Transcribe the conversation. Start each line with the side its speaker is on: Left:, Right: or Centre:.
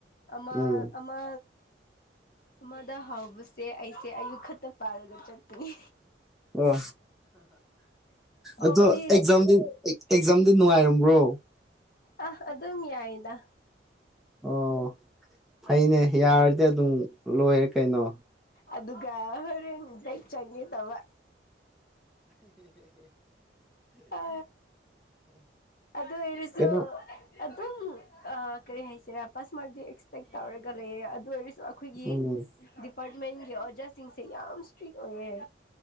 Left: ꯑꯃ
Centre: ꯎꯝ
Left: ꯑꯃ ꯑꯃꯗ ꯍꯧꯕꯁꯦ ꯑꯩꯁꯦ ꯑꯌꯨꯛ ꯈꯛꯇ ꯄꯥꯏꯔꯒ ꯆꯠꯄꯅꯤ
Centre: ꯑꯣ
Left: ꯑꯣꯐꯗꯤ
Centre: ꯑꯗꯣ ꯑꯦꯛꯖꯥꯝꯗꯤ ꯑꯦꯛꯖꯥꯝꯗꯤ ꯅꯨꯡꯉꯥꯏꯔꯝꯕ꯭ꯔꯣ
Left: ꯑ ꯑꯗꯨꯝ ꯌꯥꯏꯗ
Centre: ꯑꯣ ꯐꯩꯅꯦ ꯌꯥꯔꯗꯤ ꯑꯗꯨꯝ ꯂꯣꯏꯔꯦ ꯀꯩꯅꯣ
Left: ꯑꯗꯨꯒ ꯍꯣꯔꯦꯟ ꯆꯪꯒꯦ ꯇꯧꯕ ꯑ ꯑꯗꯨ ꯑꯣꯏꯔꯁꯨꯨ
Centre: ꯀꯩꯅꯣ
Left: ꯑꯗꯨꯝ ꯀꯔꯤ ꯍꯥꯏꯁꯤꯔ ꯄꯥꯁ ꯃꯥꯔꯛꯇꯤ ꯑꯦꯛꯁꯄꯦꯛ ꯇꯧꯔꯦ ꯀꯔꯤ ꯑꯗꯨ ꯑꯣꯏꯔꯁꯨ ꯑꯩꯈꯣꯏꯒꯤ
Centre: ꯎꯝ
Left: ꯗꯤꯄꯥꯔꯠꯃꯦꯟꯒꯤ ꯑꯣꯖꯥꯁꯤꯡꯁꯦ ꯌꯥꯝ ꯏꯁꯇ꯭ꯔꯤꯛ ꯑꯣꯏꯌꯦ